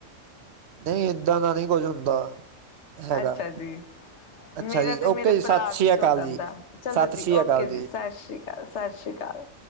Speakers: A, on the right (about 60°); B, on the left (about 65°).
A: ਨਹੀਂ ਏਦਾਂ ਦਾ ਨਹੀਂ ਕੁਝ ਹੁੰਦਾ। ਹੈਗਾ
B: ਅੱਛਾ ਜੀ।
A: ਅੱਛਾ
B: ਮੇਰਾ
A: ਜੀ
B: ਤੇ
A: ਓਕੇ
B: ਮੇਰੇ
A: ਜੀ ਸਤਿ
B: ਭਰਾ
A: ਸ਼੍ਰੀ
B: ਵਿੱਚ
A: ਅਕਾਲ
B: ਹੋ ਜਾਂਦਾ
A: ਜੀ
B: ਚਲੋ
A: ਸਤਿ
B: ਜੀ
A: ਸ਼੍ਰੀ
B: ਓਕੇ
A: ਅਕਾਲ
B: ਜੀ ਸਤਿ ਸ੍ਰੀ ਅਕਾਲ। ਸਤਿ ਸ਼੍ਰੀ ਅਕਾਲ।